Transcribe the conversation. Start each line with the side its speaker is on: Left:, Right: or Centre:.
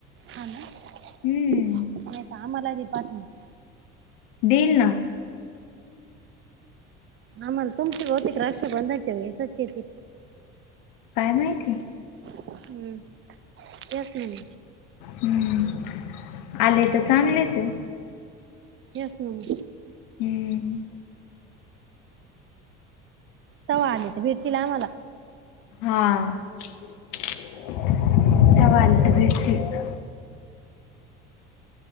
Right: हा ना
Left: हम्म.
Right: <unintelligible> आम्हाला दे पाठवुन.
Left: दिल ना.
Right: आमल तुमस होतिक राक्ष बंदायच्यासचेती.
Left: काय माहिती.
Right: हम्म त्यासनी.
Left: हम् आले तर चांगलेचये.
Right: यास नं
Left: हम्म.
Right: साऊ आले तर भेटतील आमाला.
Left: हा. साऊ आले तर भेटतील.